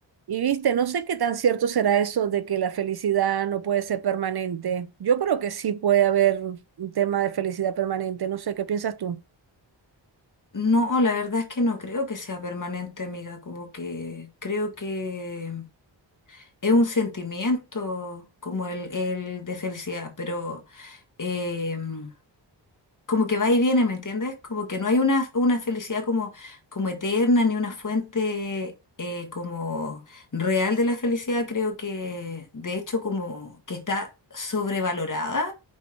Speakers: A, on the right; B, on the left.
A: Y viste, no sé qué tan cierto será eso de que la felicidad no puede ser permanente. Yo creo que sí puede haber un tema de felicidad permanente. No sé, ¿qué piensas tú?
B: No, la verdad es que no creo que sea permanente, amiga, como que creo que es un sentimiento como el, el de felicidad, pero em, como que va y viene, ¿me entiendes? Como que no hay una, una felicidad como, como eterna ni una fuente eh, como real de la felicidad, creo que de hecho como que está sobrevalorada,